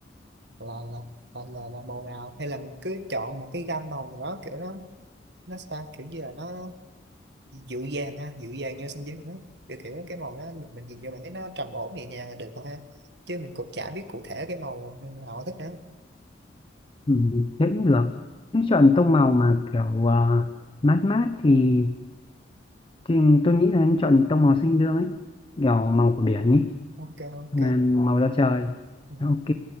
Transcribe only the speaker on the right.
là là là là, là màu nào hay là mình cứ chọn một cái gam màu nào đó kiểu nó nó sao kiểu như là nó dịu dàng ha dịu dàng như xanh dương đó kiểu kiểu cái màu đó mình, mình nhìn vô là thấy nó trầm ổn nhẹ nhàng là được rồi ha chứ mình cũng chả biết cụ thể cái màu nào thích nữa
ok ok
Ừ.